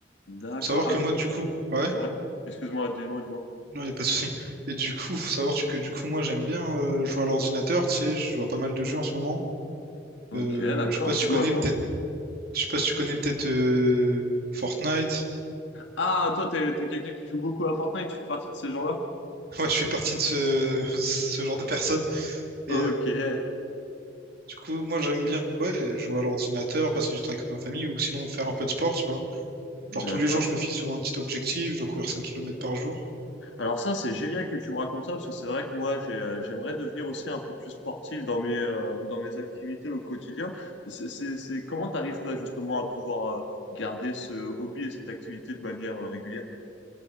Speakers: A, on the left; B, on the right.
A: D'accord.
B: Faut savoir
A: Ah,
B: que
A: do-
B: moi du coup, ouais,
A: ouais. Excuse-moi, dis-moi, dis-moi.
B: non y a pas de souci. Et du coup, faut savoir que du coup moi j'aime bien euh, jouer à l'ordinateur, tu sais, je joue à pas mal de jeux en ce moment.
A: Ok,
B: Euh,
A: d'accord.
B: je sais pas
A: Tu
B: si tu
A: joues
B: connais
A: à quoi?
B: peut-être, je sais pas si tu connais peut-être euh, Fortnite.
A: Ah, toi, t'es, t'es quelqu'un qui joue beaucoup à Fortnite. Tu fais partie de ces gens-là?
B: <laughs> Ouais, je fais partie de ce, <laughs> ce genre de personnes.
A: Ok.
B: Et euh,
A: Et-
B: du coup moi j'aime bien ouais jouer à l'ordinateur, passer du temps avec ma famille ou sinon faire un peu de sport, tu vois. Genre
A: D'accord.
B: tous les jours, je me fixe sur un petit objectif, je dois courir 5 kilomètres par jour.
A: Alors ça, c'est génial que tu me racontes ça, parce que c'est vrai que moi, j'ai, euh, j'aimerais devenir aussi un peu plus sportif dans mes, euh, dans mes activités au quotidien. C'est, c'est, c'est- comment t'arrives, toi, justement, à pouvoir euh, garder ce hobby et cette activité de manière euh, régulière?